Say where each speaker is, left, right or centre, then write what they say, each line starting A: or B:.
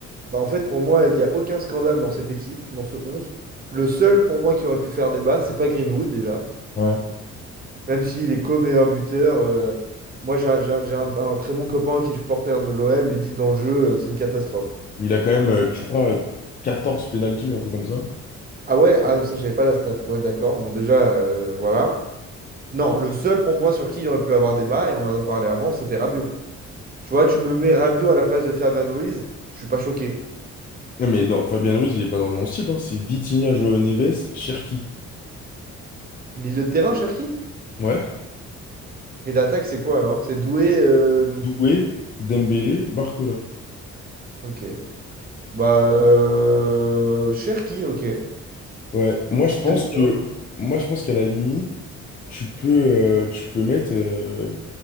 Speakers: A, on the right; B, on the left.
A: bah, en fait, pour moi, il n'y a aucun scandale dans cette équipe, dans ce 11. Le seul, pour moi, qui aurait pu faire débat, c'est pas Greenwood, déjà.
B: Ouais.
A: Même s'il est co-meilleur buteur, euh, moi j'ai un, j'ai j'ai un- un très bon copain qui est supporter de l'OM, il dit dans le jeu, euh, c'est une catastrophe.
B: Il a quand même, euh, je crois, 14 pénaltys ou un truc comme ça.
A: Ah ouais, ah, ça j'avais pas la stat. Ouais, d'accord, bon déjà, euh, voilà. Non, le seul pour moi sur qui il y aurait pu avoir débat, et on en a parlé avant, c'était Rabiot. Tu vois, tu me mets Rabiot à la place de Fabian Ruiz, je suis pas choqué.
B: Non, mais dans, Fabien Ruiz, il est pas dans le 11 type, hein. C'est Vitinha, Joao Neves, Cherki.
A: Milieu de terrain, Cherki?
B: Ouais.
A: Et l'attaque, c'est quoi alors? C'est Doué. euh,
B: Doué, Dembélé, Barcola.
A: Ok. Bah. euh, Cherki, ok.
B: Ouais. Moi, je pense
A: Milieu de terrain.
B: que, moi, je pense qu'à la limite, tu peux, euh, tu peux mettre euh,